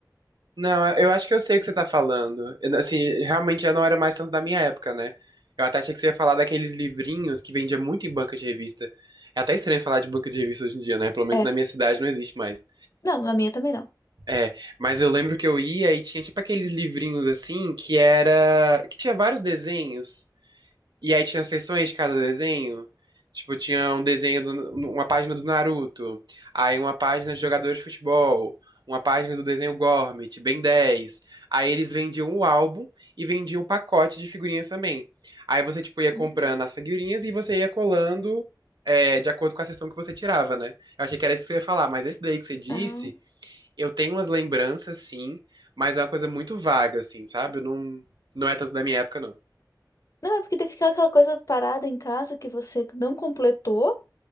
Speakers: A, on the right; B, on the left.
A: Não, eu acho que eu sei o que você tá falando. Eu, assim, realmente já não era mais tanto da minha época, né? Eu até achei que você ia falar daqueles livrinhos que vendia muito em banca de revista. É até estranho falar de banca de revista hoje em dia, né? Pelo menos
B: É.
A: na minha cidade não existe mais.
B: Não, na minha também não.
A: É, mas eu lembro que eu ia e tinha tipo aqueles livrinhos assim que era. que tinha vários desenhos. E aí tinha seções de cada desenho. Tipo, tinha um desenho, do- uma página do Naruto, aí uma página de jogadores de futebol, uma página do desenho Gormit, Ben dez Aí eles vendiam o álbum e vendiam o pacote de figurinhas também. Aí você, tipo, ia
B: Hum,
A: comprando as figurinhas e você ia colando é, de acordo com a sessão que você tirava, né? Eu achei que era isso que você ia falar, mas esse daí que você disse,
B: Não.
A: eu tenho umas lembranças, sim, mas é uma coisa muito vaga, assim, sabe? Eu não, não é tanto da minha época, não.
B: Não, é porque daí fica aquela coisa parada em casa que você não completou.